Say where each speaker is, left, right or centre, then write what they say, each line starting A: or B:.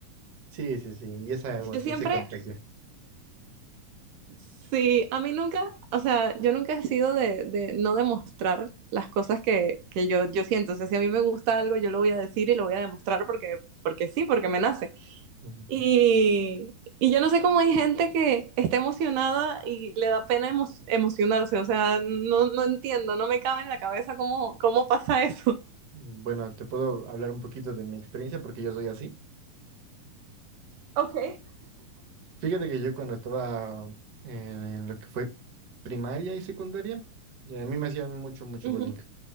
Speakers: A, on the right; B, on the right.
A: Sí, sí, sí, y esa emoción
B: Yo siempre,
A: se contagia.
B: sí, a mí nunca, o sea, yo nunca he sido de, de no demostrar las cosas que, que yo, yo siento. O sea, si a mí me gusta algo, yo lo voy a decir y lo voy a demostrar porque, porque sí, porque me nace.
A: <laughs>
B: Y, y yo no sé cómo hay gente que está emocionada y le da pena emo- emocionarse. O sea, no, no entiendo, no me cabe en la cabeza cómo, cómo pasa eso.
A: Bueno, te puedo hablar un poquito de mi experiencia porque yo soy así.
B: Ok.
A: Fíjate que yo cuando estaba en lo que fue primaria y secundaria, ya a mí me hacían mucho, mucho
B: Ujú,
A: bullying.